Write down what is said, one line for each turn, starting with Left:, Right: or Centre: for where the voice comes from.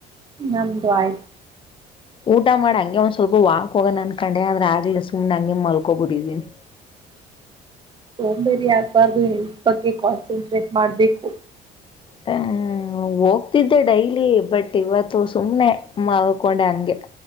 Right: ನಮ್ದ ಆಯ್ತು
Left: ಊಟ ಮಾಡ ಹಂಗೆ ಒಂದ್ ಸ್ವಲ್ಪ ವಾಕ್ ಹೋಗನ ಅನ್ಕಂಡೆ ಆದ್ರ ಆಗ್ಲಿಲ್ಲ ಸುಮ್ನೆ ಹಂಗೆ ಮಲ್ಕೊಬಿಟ್ಟಿದ್ದೀನಿ
Right: ಸೋಮ್ಬೇರಿ ಆಗ್ಬಾರ್ದು ಹೆಲ್ತ್ ಬಗ್ಗೆ ಕಾನ್ಸಂಟ್ರೇಟ್ ಮಾಡ್ಬೇಕು
Left: ಹ ಹೋಗ್ತಿದ್ದೆ ಡೈಲಿ ಬಟ್ ಇವತ್ತುು ಸುಮನೆ ಮಲ್ಕೊಂಡೆ ಹಂಗೆ